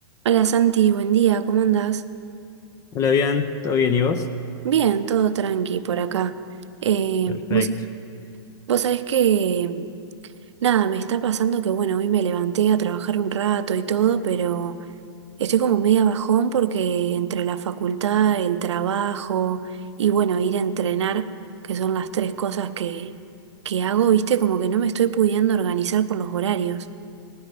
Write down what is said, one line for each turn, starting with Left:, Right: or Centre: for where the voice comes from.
Right: Hola Santi, buen día, ¿cómo andás?
Left: Hola, bien, ¿todo bien y vos?
Right: Bien, todo tranqui por acá. Eh,
Left: Perfecto,
Right: vos, vos sabés que, nada, me está pasando que, bueno, hoy me levanté a trabajar un rato y todo, pero estoy como media bajón porque entre la facultad, el trabajo y, bueno, ir a entrenar, que son las tres cosas que, que hago, viste, como que no me estoy pudiendo organizar con los horarios.